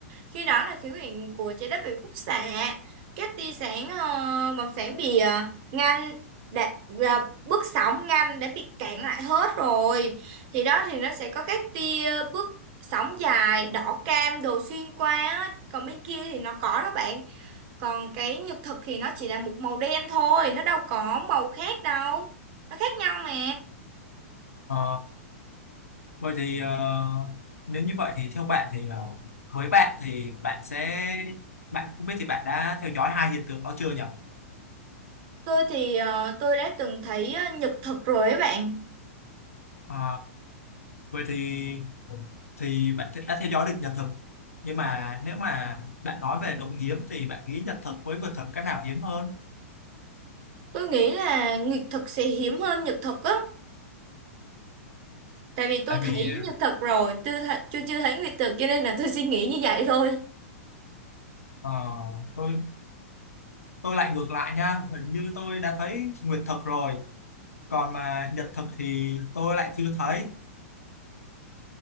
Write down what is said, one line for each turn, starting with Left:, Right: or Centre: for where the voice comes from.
Right: khi đó là khí quyển của trái đất bị khúc xạ các tia sáng ờ, bằng sáng bị ờ, ngăn đã, ờ, bước sóng ngăn đã bị cản lại hết rồi thì đó thì nó sẽ có các tia bước sóng dài đỏ cam đồ xuyên qua á còn bên kia thì nó có đó bạn còn cái nhật thực thì nó chỉ là một màu đen thôi nó đâu có màu khác đâu nó khác nhau mà
Left: Ờ, Vậy thì ờ, nếu như vậy thì theo bạn thì ờ, với bạn thì bạn sẽ bạn không biết thì bạn đã theo dõi hai hiện tượng đó chưa nhỉ?
Right: tôi thì ờ, tôi đã từng thấy ờ, nhật thực rồi ấy bạn
Left: Ờ, vậy thì thì bạn đã theo dõi được nhật thực nhưng mà nếu mà bạn nói về đồng hiếm thì bạn nghĩ nhật thực với vật thực cái nào hiếm hơn?
Right: tôi nghĩ là nguyệt thực sẽ hiếm hơn nhật thực á tại vì tôi
Left: Tại
Right: thấy
Left: vì
Right: nhật thực rồi tôi th- chưa chưa thấy nguyệt thực cho nên là tôi suy nghĩ như vậy thôi
Left: ờ, tôi tôi lại ngược lại nha, hình như tôi đã thấy nguyệt thực rồi, còn mà nhật thực thì tôi lại chưa thấy.